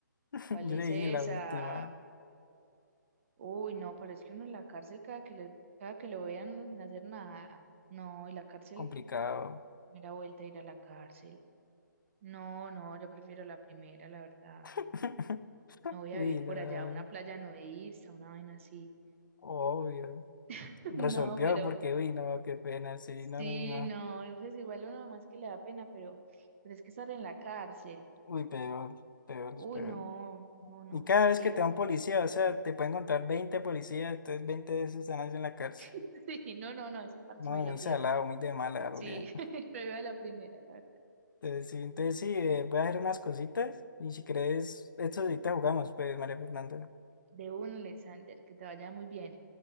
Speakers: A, on the left; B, on the right.
A: <laughs>
B: ¿Cuál
A: Yo
B: es
A: leí
B: esa?
A: la última,
B: Uy, no, pero es que uno en la cárcel cada que le, cada que lo vean no sin hacer nada. No, y la cárcel,
A: complicado.
B: primera vuelta a ir a la cárcel. No, no, yo prefiero la primera, la verdad.
A: <laughs>
B: Me voy
A: Uy,
B: a vivir
A: no,
B: por allá, una playa nudista, una vaina así.
A: obvio.
B: <laughs>
A: Resolvió
B: No, pero
A: porque, uy, no, qué pena, sí,
B: sí,
A: no, no, no. no.
B: no, pues igual uno más que le da pena, pero, pero es que estar en la cárcel.
A: Uy, peor, peor,
B: Uy,
A: es peor.
B: no, no, no.
A: Y cada vez
B: Sí.
A: que te da un policía, o sea, te pueden encontrar 20 policías, entonces 20 veces están en la cárcel.
B: <laughs> Sí, no, no, no, ese parche
A: No,
B: me lo
A: muy
B: pierdo.
A: salado, muy de mala, algo
B: Sí,
A: bien.
B: <laughs> prefiero la primera, la verdad.
A: Entonces, sí, entonces sí, eh, voy a hacer unas cositas y si crees, esto ahorita jugamos, pues, María Fernanda.
B: De uno, Alexander, que te vaya muy bien.